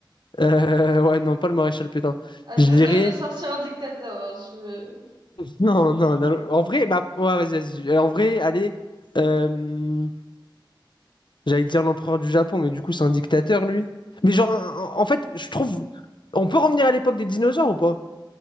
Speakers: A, on the left; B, on the right.
A: Euh, <laughs> ouais, non, pas le maréchal Pétain.
B: À
A: Je
B: deux
A: dirais.
B: doigts de me sortir
A: <laughs>
B: un dictateur. hein, je...
A: Non, non, non, en vrai, bah, ouais, vas-y, vas-y. Euh, En vrai, allez, euh, j'allais dire l'empereur du Japon, mais du coup, c'est un dictateur, lui. Mais genre, en en fait, je trouve. On peut revenir à l'époque des dinosaures ou pas?